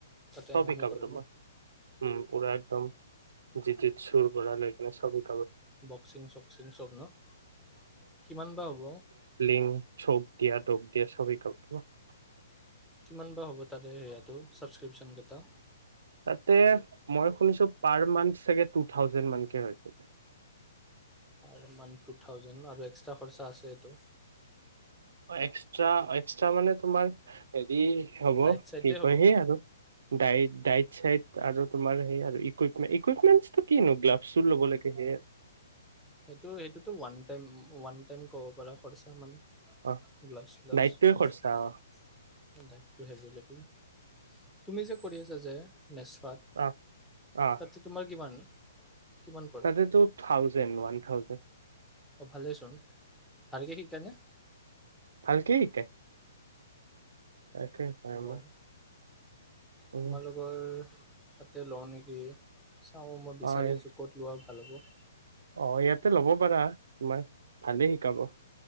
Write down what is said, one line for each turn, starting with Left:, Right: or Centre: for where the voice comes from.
Centre: তাতে
Right: চব
Centre: এম
Right: শিকাব
Centre: এম এ কৰে
Right: তোমাক।
Centre: ন
Right: উম! পুৰা একদম জি জিত চুৰ বৰা লৈ কিনে চব <unintelligible>
Centre: বক্সিং চক্সিং চব ন'? কিমান বা হ'ব!
Right: উম, চখ <unintelligible> দিয়া দক দিয়া চব শিকাব। <unintelligible>
Centre: কিমান বা হ'ব, তাৰে সেয়াটো চাবস্ক্ৰিপচন কেইটা?
Right: তাতে মই শুনিছোঁ, পাৰ মান্ঠ চাগে, টু থাউজেণ্ড মানকে হৈ চাগে।
Centre: পাৰ মান্থ টু থাউজেণ্ড ন' আৰু এক্সট্ৰা খৰচা আছে এইটো।
Right: এক্সত্ৰা, এক্সত্ৰা মানে তোমাৰ <unintelligible> হ'ব
Centre: ডাইট চাইটে
Right: কি
Centre: হ'ব
Right: কয়, হেয়ে আৰু ডায়েট ডায়েট চায়েট আৰু তোমাৰ সেই আৰু ইকুইপমেণ্ট, ইকুইপমেন্টটো কিনো, গ্লভছো ল'ব লাগে সেয়ে আৰু।
Centre: সেইটো সেইটোতো ওৱান টাইম, ওৱান টাইম ক'ব পাৰা খৰচা মানে
Right: অ
Centre: গ্লাভছ <unintelligible>
Right: ডাইটটোৱে খৰচা অ
Centre: দায়েটো হে লাগিব। তুমি যে, কৰি আছা যে নেচফাত
Right: অ অ
Centre: তাত তোমাৰ কিমান? কিমান পৰে
Right: তাতেতো, থাউজেণ্ড, ওৱান থাউজেণ্ড। <unintelligible>
Centre: অ' ভালেই চোন! ভালে শিকাই নে?
Right: ভালকে শিকাই <unintelligible>
Centre: অঁ
Right: উম
Centre: তোমালোকৰ তাতে লওঁ নেকি, চাওঁ মই বিচাৰি
Right: হয়
Centre: আছোঁ। ক'ত লোৱা? ভাল হ'ব।
Right: অ' ইয়াতে ল'ব পাৰা! তোমাক ভালেই শিকাব!